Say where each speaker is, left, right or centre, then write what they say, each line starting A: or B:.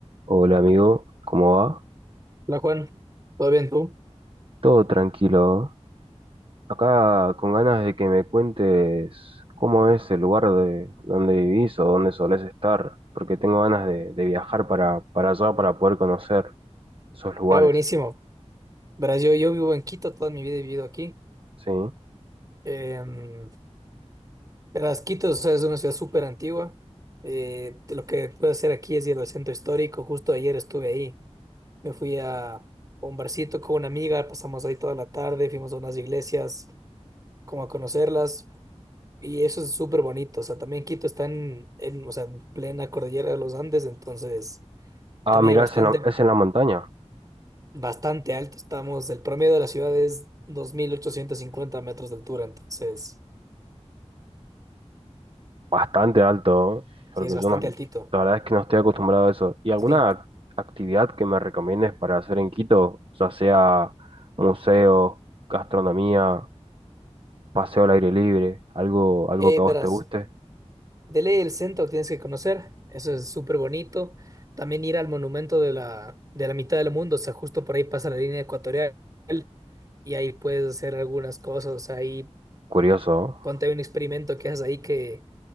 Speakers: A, on the right; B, on the right.
A: Hola amigo, ¿cómo va?
B: Hola Juan, ¿todo bien tú?
A: Todo tranquilo. Acá con ganas de que me cuentes cómo es el lugar de donde vivís o dónde solés estar, porque tengo ganas de, de viajar para, para allá para poder conocer esos lugares,
B: Ah, buenísimo. Verás, yo, yo vivo en Quito, toda mi vida he vivido aquí.
A: ¿sí?
B: Em, verás, Quito, o sea, es una ciudad súper antigua. Eh, lo que puedo hacer aquí es ir al centro histórico. Justo ayer estuve ahí. Me fui a a un barcito con una amiga, pasamos ahí toda la tarde, fuimos a unas iglesias, como a conocerlas. Y eso es súper bonito. O sea, también Quito está en, en, o sea, en plena cordillera de los Andes, entonces
A: Ah,
B: también
A: mirá,
B: hay bastante.
A: es en la, es en la montaña,
B: bastante alto. Estamos, el promedio de la ciudad es 2.850 metros de altura, entonces
A: bastante alto, ¿eh? porque
B: sí es bastante
A: yo no,
B: altito.
A: la verdad es que no estoy acostumbrado a eso. ¿Y alguna
B: Sí,
A: ac- actividad que me recomiendes para hacer en Quito, ya sea museos, gastronomía? paseo al aire libre, algo, algo
B: Eh,
A: que
B: verás,
A: a vos te guste.
B: de ley el centro tienes que conocer, eso es súper bonito. También ir al monumento de la, de la mitad del mundo, o sea, justo por ahí pasa la línea ecuatorial y ahí puedes hacer algunas cosas, ahí
A: Curioso, ¿no?
B: ponte hay un experimento que haces ahí que